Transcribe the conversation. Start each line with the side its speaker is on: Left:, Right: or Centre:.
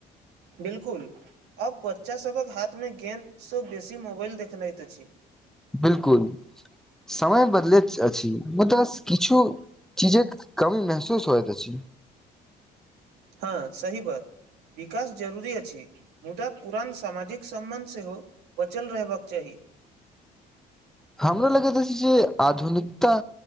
Right: 'बिलकुल'। आब बच्चासभक हाथमे, गेन्दसँ बेसी मोबाइल देखनेैत अछि।
Centre: 'बिलकुल' समय बदले अछि, मुदा किछु चीजक कमी महसूस होइ त अछी।
Right: हँ, सही बात। विकास जरूरी अछि, मुदा पुरान सामाजिक सम्बन्ध सेहो, बचल रहबाक चाही।
Centre: हमरा लगेत अछि जे आधुनिकता-